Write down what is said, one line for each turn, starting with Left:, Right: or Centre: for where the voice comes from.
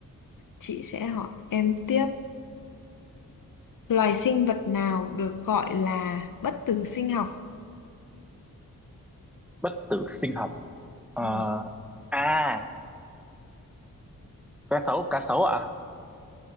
Left: chị sẽ hỏi em tiếp. Loài sinh vật nào được gọi là bất tử sinh học?
Centre: bất tử sinh học Ờ,
Left: Ừ.
Centre: à cá sấu cá sấu ạ